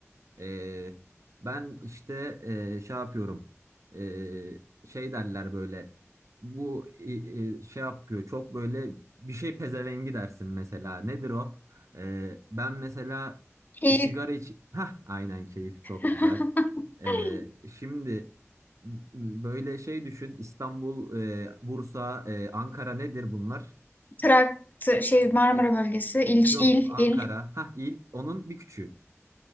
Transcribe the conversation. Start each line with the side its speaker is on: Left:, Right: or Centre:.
Right: Ee, ben işte e, şey yapıyorum. Ee, şey derler böyle. Bu e, e, şey yapıyor. Çok böyle bir şey pezevengi dersin mesela. Nedir o? Ee, ben mesela
Left: İl.
Right: e, sigara iç. Hah, aynen keyif çok
Left: <laughs>
Right: güzel. Ee, şimdi m- böyle şey düşün. İstanbul, e, Bursa, e, Ankara nedir bunlar?
Left: Traktör, şey Marmara
Right: E,
Left: bölgesi. İlç,
Right: yok
Left: il,
Right: Ankara.
Left: il,
Right: Hah il. Onun bir küçüğü.